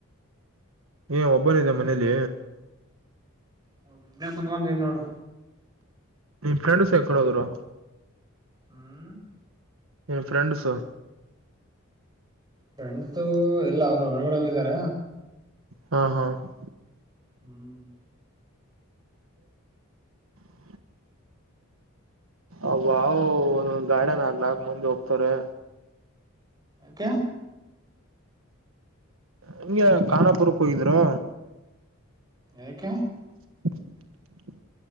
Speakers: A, on the right; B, on the right.
A: ಏ ಒಬ್ಬನಿದೆ ಮನೇಲಿ...
B: ಹೌ ಕುತ್ ಬಂದನ್ ನೋಡು.
A: ನಿನ್ ಫ್ರೆಂಡ್ಸ್ ಎಕಡೋ್ರು...
B: ಹ್ಮ್ <inaudible>
A: ನಿನ್ನ ಫ್ರೆಂಡ್ಸು.
B: ಫ್ರೆಂಡ್ ತು ಎಲ್ಲ ಅವರು ಒಳಗಡೆ ಹೋಗಿದಾರ.
A: ಹಾ ಹಾ <unintelligible>
B: ಹ್ಮ್ <unintelligible>
A: ಹ ಅಾ ಒಂದೊಂದ್ ಗಾಡ ನಾಲ್ ನಾಕ ಮುಂದ ಹೋಗ್ತಾರೆ
B: ಆಕ
A: ನಿಮ್ಗೆ ಕಖಾನಾಪುರಕ್ಕೆ ಹೋಗಿದ್ರು
B: ಯಏಕ
A: <unintelligible>